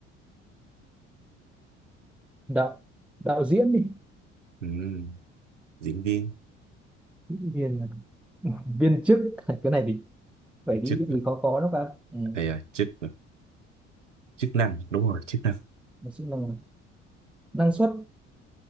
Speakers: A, in the centre; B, on the right.
A: đạo đạo diễn đi
B: ừ, diễn viên
A: viên à, viên chức <laughs> cái này thì vậy đi
B: chức
A: vì khó có đó bạn ừ.
B: hay là chức chức năng đúng rồi chức năng
A: mình sẽ nâng năng suất